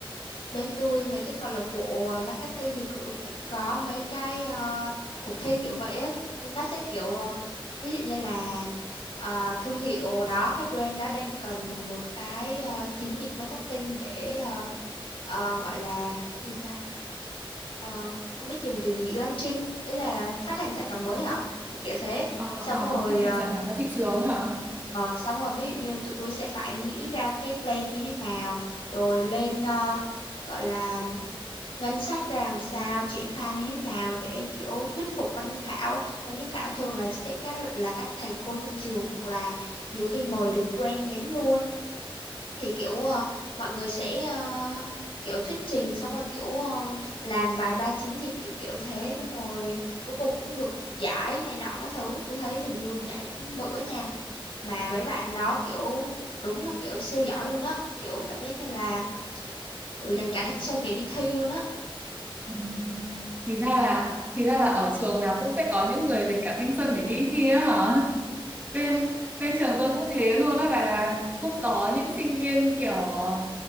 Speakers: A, on the left (about 75°); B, on the right (about 20°).
A: bên tôi mấy cái câu lạc bộ marketing thì cũng cũng có mấy cái ờ, cuộc thi kiểu vậy á, nhưng nó sẽ kiểu ờ, ví dụ như là ờ, thương hiệu đó, cái brand đó đang cần một cái ờ, chiến dịch marketing để ờ, ờ, gọi là gì ta? Ờ, không biết dùng từ gì, launching, ý là phát hành sản phẩm mới hả? Kiểu kiểu thế.
B: ờ
A: Xong
B: ờ
A: rồi
B: phát
A: ờ,
B: hành sản phẩm ra thị trường hả
A: Ờ, xong rồi ví dụ như tụi tôi sẽ phải nghĩ ra cái plan như thế nào, rồi lên ờ, gọi là ngân sách ra làm sao, triển khai như thế nào để kiểu thuyết phục ban giám khảo. Ban giám khảo thường là sẽ các là các thầy cô trong trường hoặc là nhiều khi mời được brand đến luôn. Thì kiểu ờ, mọi người sẽ ờ, kiểu thuyết trình xong rồi kiểu ờ, làm vài ba chiến dịch kiểu kiểu thế xong rồi cuối cùng cũng được giải này nọ các thứ. Tôi thấy hình như giải cũng bự á nha. Mà mấy bạn đó, kiểu, đúng là, kiểu, siêu giỏi luôn á, kiểu, cảm giác như là, kiểu, dành cả thanh xuân để đi thi luôn á.
B: Ừ. thì ra là thì ra là ở trường nào cũng sẽ có những người dành cả thanh xuân để đi thi á hả bên
A: <laughs>
B: bên trường tôi cũng thế luôn á và cũng có những sinh viên kiểu ờ,